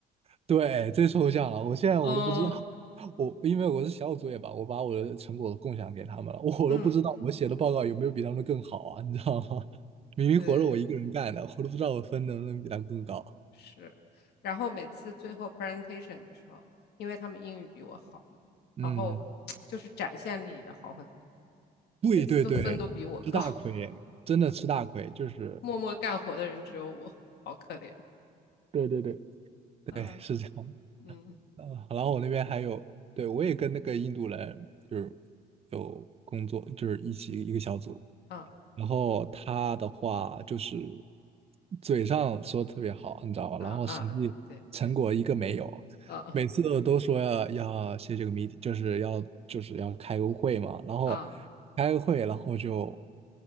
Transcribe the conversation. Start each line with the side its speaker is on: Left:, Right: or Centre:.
Right: 对，最抽象了，我现在我都不知道，
Left: 嗯
Right: <laughs> 我因为我是小组作业吧，我把我的成果共享给他们了，我都不知道我写的报告有没有比他们更好啊，
Left: 嗯，
Right: 你知道吗？<laughs> 明明活着我一个人干的，
Left: 对。
Right: 我都不知道我分能不能比他们更高。
Left: 是，然后每次最后 presentation 的时候，因为他们英语比我好嘛，
Right: 嗯，
Left: 然后 <tsk> 就是展现力也好很多，
Right: 对对对，
Left: 每次都分都比我高，
Right: 吃大亏，
Left: <laughs>
Right: 真的吃大亏，就是。
Left: 默默干活的人只有我，好可怜。
Right: 对对对。
Left: 啊，
Right: 对，是这样。
Left: 嗯，
Right: 呃，然后我那边还有，对，我也跟那个印度人就是有工作，就是一起一个小组，
Left: 啊
Right: 然后他的话就是嘴上说得特别好，你知道吧？
Left: 啊啊，
Right: 然后实际成果一个没有，
Left: 对，啊
Right: 每次都说要要写这个谜 e 就是要就是要开个会嘛，然后
Left: 啊
Right: 开个会，然后就